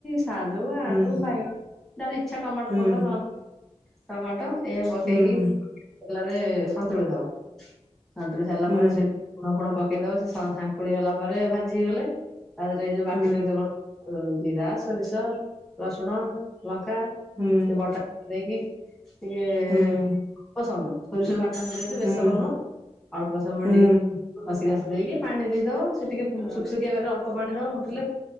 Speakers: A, in the centre; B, on the right.
A: ସାରୁ ଆଳୁ
B: ହୁଁ
A: ବାଇଗଣ ଯାର ଇଛା ଟମାଟୋ
B: ହୁଁ
A: ପକା ନହେଲେ ନାଇଁ ଟମାଟ ଏଇଆ ପକେଇକି
B: ହୁଁ
A: ତେଲରେ ସନ୍ତୁଳି ଦବ ସନ୍ତୁଳି ସାରିଲା
B: ହୁଁ
A: ପରେ ସେ ଲୁଣ ଫୁଣ ପକେଇଦବ ସେ ସାଙ୍ଖୁଳି ଗଲା ପରେ ଭାଜି ହେଇଗଲେ ତାହରେଇ ଯୋଉ
B: ହୁଁ
A: ବାଟି ଦେଇଚ କଣ ଜିରା ସୋରିଷ ରସୁଣ ଲଙ୍କା
B: ହୁଁ
A: ସେ ବଟା ଦେଇକି ଟିକେ ଏ
B: ହୁଁ
A: ଅଳ୍ପ ସମୟ <unintelligible>
B: ହୁଁ
A: ନୁହଁ ଅଳ୍ପ ସମୟ
B: ହୁଁ
A: ଟିକେ କଷି କାଷି ଦେଇକି ପାଣି ଦେଇଦବ ସେ ଟିକେ ସୁଖିସୁଖିଆ କରି ଅଳ୍ପ ପାଣି ଦବ ଫୁଟିଲେ